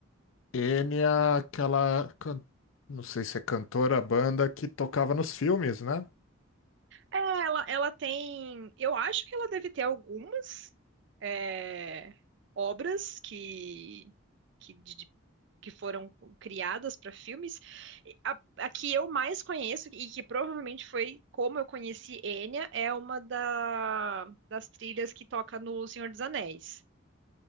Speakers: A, on the left; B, on the right.
A: N é aquela, can- não sei se é cantora, banda que tocava nos filmes, né?
B: É, ela, ela tem. Eu acho que ela deve ter algumas é, obras que, que, de- que foram criadas para filmes. E A, a que eu mais conheço, e que provavelmente foi como eu conheci Enya, é uma da- das trilhas que toca no Senhor dos Anéis.